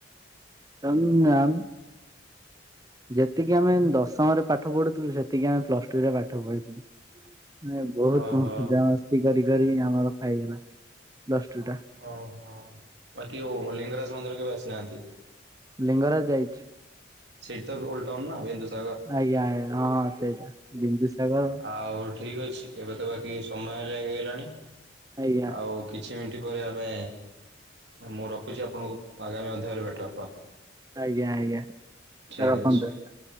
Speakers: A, on the right; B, on the right.
A: ତଙ୍ଗ ଆମ ଯେତିକି ଆମେ ଦଶମରେ ପାଠ ପଢୁଥିଲୁ ସେତିକି ଆମେ ପ୍ଲସ ଟୁରେ ପାଠ ପଢିଥିଲୁ। ବହୁତ
B: ଓହୋ
A: ମଜାାମସ୍ତି କରି କରି ଆମର ଖଗଲା। ଦଶ ଟୁ ଟା।
B: ଓହୋ ବାକିଉ ଲିଙ୍ଗରାଜ ମନ୍ଦିର କେବେ ଆସିନାହାନ୍ତି।
A: ଲିଙ୍ଗରାଜ ଯାଇଛି।
B: ସେଇଠ ତ ଓଲଟାାଉନ ନା ବେନ୍ଦୁସାଗର।
A: ଆଜ୍ଞା ଆଜ୍ଞ ହଁ ସେଇଟା ବିନ୍ଦୁସାଗର।
B: ଆଉ ଠିକ୍ ଅଛି ଏବେ ତ ବାକି ସମୟ ଲାଗିଗଲାଣି
A: ଆଜ୍ଞା
B: ଆଉ। କିଛି ମିନିଟ ପରେ ଆମେ ମୁଁ ରଖୁଛି ଆପଣଙ୍କୁ ଆଗାମୀ ଅଧ୍ୟାୟରେ ଭେଟ ହବା।
A: ଆଜ୍ଞା ଆଜ୍ଞା ତରପନ୍ଦ୍ରଲା।
B: ଠିକ୍ ଅଛି।